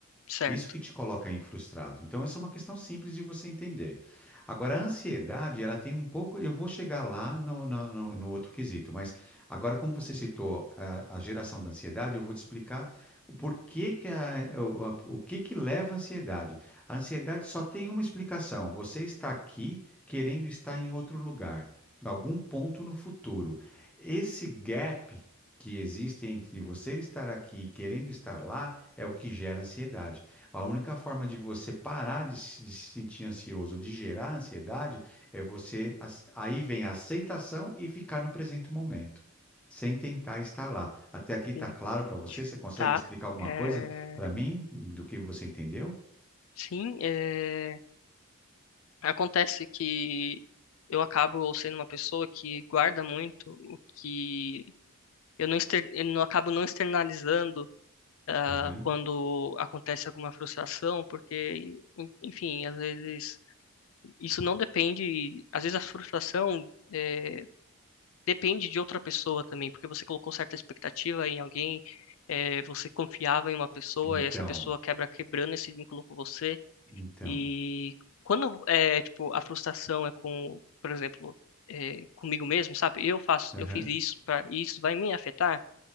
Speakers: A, on the left; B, in the centre.
A: certo?
B: Isso que te coloca aí frustrado. Então, essa é uma questão simples de você entender. Agora, a ansiedade, ela tem um pouco. Eu vou chegar lá no, no, no- no outro quesito, mas agora, como você citou a, a geração da ansiedade, eu vou te explicar o porquê que a- o, a- o que que leva à ansiedade. A ansiedade só tem uma explicação: você está aqui querendo estar em outro lugar, em algum ponto no futuro. Esse gap que existe entre você estar aqui e querendo estar lá é o que gera ansiedade. A única forma de você parar de se, de se sentir ansioso, de gerar ansiedade, é você. ac- Aí vem a aceitação e ficar no presente momento, sem tentar estar lá. Até aqui está
A: Sim,
B: claro para você? Você consegue
A: tá?
B: explicar alguma
A: É,
B: coisa para mim do que você entendeu?
A: sim, é, acontece que eu acabo sendo uma pessoa que guarda muito o que eu não, exter, eu não acabo não externalizando ah,
B: Aham.
A: quando acontece alguma frustração, porque, en- enfim, às vezes isso não depende, às vezes a frustração é, depende de outra pessoa também, porque você colocou certa expectativa em alguém, é, você confiava em uma pessoa
B: Então,
A: e essa pessoa quebra quebrando esse vínculo com você.
B: então.
A: E quando é tipo a frustração é com, por exemplo, é, comigo mesmo, sabe? Eu faço,
B: Aham,
A: eu fiz isso para isso vai me afetar.